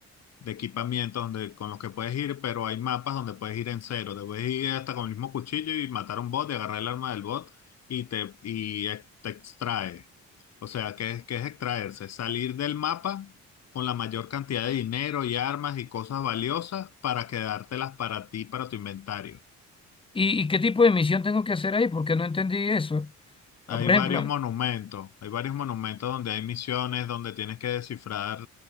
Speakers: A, on the left; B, on the left.
A: de equipamiento donde, con los que puedes ir, pero hay mapas donde puedes ir en cero. Te puedes ir hasta con el mismo cuchillo y matar a un bot y agarrar el arma del bot y te, y ex- te extrae. O sea, ¿qué es, qué es extraerse? Salir del mapa con la mayor cantidad de dinero y armas y cosas valiosas para quedártelas para ti, para tu inventario.
B: ¿Y, y qué tipo de misión tengo que hacer ahí? Porque no entendí eso. O,
A: Hay
B: Por
A: varios
B: ejemplo,
A: monumentos, hay varios monumentos donde hay misiones, donde tienes que descifrar